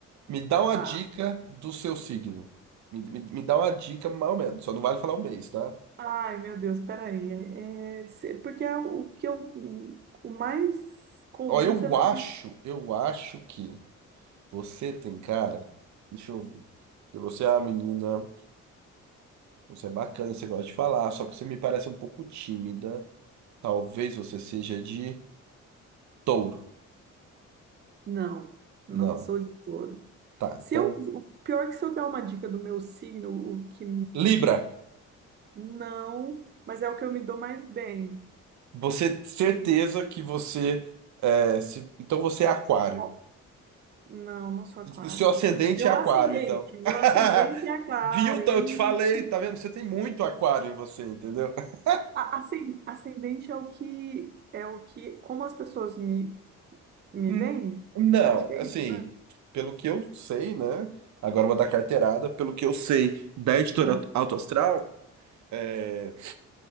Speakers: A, on the right; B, on the right.
A: me dá uma
B: tá.
A: dica do seu signo. Me, me, me dá uma dica mais ou menos, só não vale falar o mês, tá?
B: Ai, meu Deus, peraí. É, é, se- porque é o que eu, o mais comum
A: Ó, eu
B: você vai.
A: acho, eu acho que você tem cara. Deixa eu ver. Porque Você é uma menina, você é bacana, você gosta de falar, só que você me parece um pouco tímida. Talvez você seja de touro.
B: Não, não
A: Não.
B: sou de touro.
A: Tá,
B: Se
A: então.
B: eu, o pior é que se eu dar uma dica do meu signo, o que
A: Libra!
B: Não, mas é o que eu me dou mais bem.
A: Você certeza que você é, se- então você é aquário.
B: Ó, não, não sou aquário.
A: O seu ascendente
B: Meu
A: é aquário,
B: ascendente,
A: então.
B: meu
A: <laughs>
B: ascendente é aquário.
A: Viu? Então,
B: Ih.
A: eu te falei, tá vendo? Você tem muito aquário em você, entendeu? <laughs>
B: A- ascen- Ascendente é o que é o que como as pessoas me me
A: Hum,
B: veem,
A: Não,
B: acho que
A: assim,
B: é isso, né?
A: pelo que eu sei, né? Agora eu vou dar carteirada. Pelo que eu sei da editora
B: Tá,
A: Alto Astral, é,